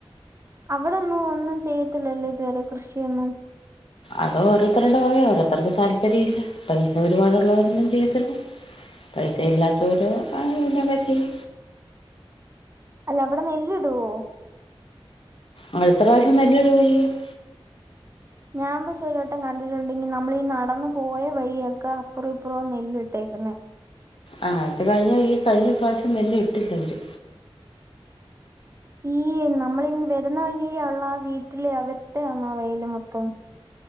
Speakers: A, on the right; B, on the left.
A: അവിടൊന്നും ഒന്നും ചെയ്യത്തില്ലല്ലോ ഇതുവരെ കൃഷിയൊന്നും
B: അത് ഓരോരുത്തരുടെ ഓരോ ഓരോരുത്തർക്ക് താല്പര്യം ഇല്ല പൈസ ഒരുപാടുള്ളവരൊന്നും ചെയ്യത്തില്ല പൈസ ഇല്ലാത്തവര് <unintelligible>
A: അല്ല അവിടെ നെല്ല് ഇടുവോ
B: ആ ഇപ്രാവശ്യം <unintelligible>
A: ഞാൻ പക്ഷേ ഒരുവട്ടം കണ്ടിട്ടുണ്ട് നമ്മളീ നടന്നു പോയ വഴിയൊക്കെ അപ്പുറവും ഇപ്പുറവും നെല്ല് ഇട്ടേക്കുന്നേ
B: ആ അത് കഴിഞ്ഞ ഈ കഴിഞ്ഞ പ്രാവശ്യം നെല്ല് ഇട്ടില്ല അവര്
A: ഈ നമ്മള് വരുന്നാഴിയ ഉള്ള ആ വീട്ടിലെ അവരുടെ ആന്നോ ആ വയല് മൊത്തം